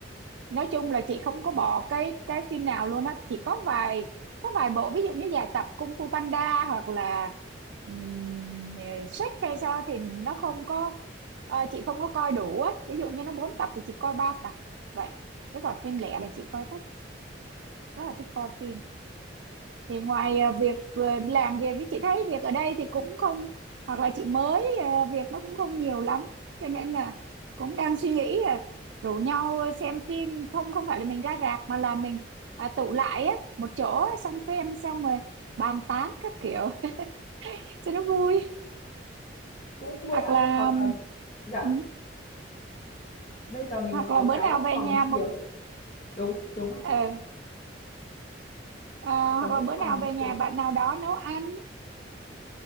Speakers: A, on the right; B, on the left.
A: nói chung là chị không có bỏ cái cái phim nào luôn á chỉ có vài có vài bộ ví dụ như dài tập Kung Fu Panda hoặc là um, Shrek hay sao thì nó không có ờ, chị không có coi đủ á ví dụ như nó bốn tập thì chị coi ba tập vậy chứ còn phim lẻ là chị coi thích rất là thích coi phim thì ngoài ờ, việc ờ, làm việc thì chị thấy việc ở đây thì cũng không hoặc là chị mới ờ, việc nó cũng không nhiều lắm cho nên là cũng đang suy nghĩ là rủ nhau xem phim không không phải là mình ra rạp mà là mình à, tụ lại á một chỗ á, xong xem xong rồi bàn tán các kiểu <laughs> cho nó vui
B: cũng vui
A: hoặc
B: ạ,
A: là
B: hoặc là dạ,
A: ừ,
B: bây giờ mình
A: hoặc
B: có
A: là bữa
B: cái
A: nào về
B: phòng
A: nhà
B: chiếu,
A: một
B: đúng đúng ạ,
A: ờ, ờ,
B: có
A: hoặc là
B: cái
A: bữa
B: phòng
A: nào về
B: chiếu
A: nhà
B: mini.
A: bạn nào đó nấu ăn